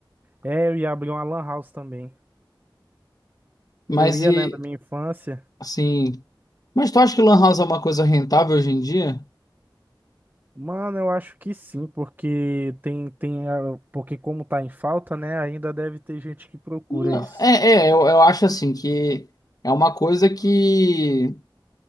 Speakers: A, on the right; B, on the left.
A: É, eu ia abrir uma lan house também.
B: Mas
A: porque eu ia,
B: e,
A: né, na minha infância.
B: assim... Mas tu acha que lan house é uma coisa rentável hoje em dia?
A: Mano, eu acho que sim, porque tem, tem, a- porque como tá em falta, né, ainda deve ter gente que procura
B: Não,
A: isso.
B: É, é, eu, eu acho, assim, que é uma coisa que